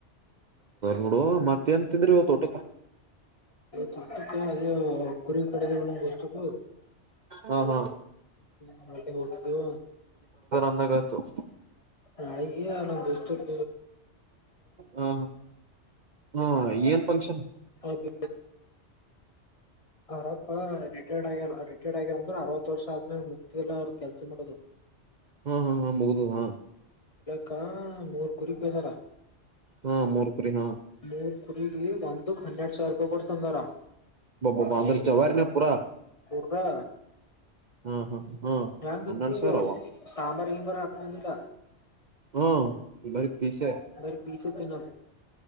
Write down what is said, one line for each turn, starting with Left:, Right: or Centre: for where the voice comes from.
Right: ಬಿಡು ಮತ್ತೆಏನ್ ತಿಂದ್ರಿ ತೋಟ
Left: ತೊಟ್ಟಕ್ಕೆ ಅದೇ ಕುರಿಗ ಕಡೆದರುಣ ವಸ್ತುಕ
Right: ಹಾ ಹಾ
Left: ಹ್ಮೆ ಹಟಿದ್ದು
Right: ತು
Left: ನಾಳಗೆ ನಮ್ಮ ದಸ್ತರ್
Right: ಹಾ ಹ್ಮ ಏನ್ ಫಂಕ್ಷನ್
Left: ಅದ ಅರಪ್ಪಾ ರಿಟೈರ್ಡ್ ಆಗ್ಯಾರ ರಿಟೈರ್ಡ್ ಆಗ್ಯಾರ ಅಂದ್ರ ಅರವತ್ ವರ್ಷ ಆದ್ಮೇಗ ಮುಕ್ತಿದಿಲ್ಲ ಅವ್ರ ಕೆಲ್ಸ ಮಾಡೋದು
Right: ಹಾ ಹಾ ಹಾ ಮುಗುದದ ಹಾ
Left: ಕ ಮೂರ್ ಕುರಿಕ್ ಹತಾರ
Right: ಹಾ ಮೂರ್ ಕುರಿ ಹಾ
Left: ಮೂರ್ ಕುರವಿ ಒಂದಕ್ ಹನ್ನರಡ್ ಸಾವಿರ ರೂಪಾಯಿ ಕೊಡ್ತಂದಾರ
Right: ಬಬ್ಬ ಬಾಂದ್ರ ಚವಾರೆ ಪುರ
Left: ವಾ
Right: ಹಾ ಹಾ ಹಾ
Left: ಹೆಯಾಂಗಂತಿ
Right: ಹನ್ನೆರಡ್ ಸಾವಿರ ಅವ
Left: ಸಾಂಬಾರ್ ಗಿಂಬಾರ್ ಹಾಕೊದಿಲ್ಲ
Right: ಹಾ ಬರಿ ಪೀಸೆ
Left: ಬರೆ ಪೀಸ ತಿನ್ನದು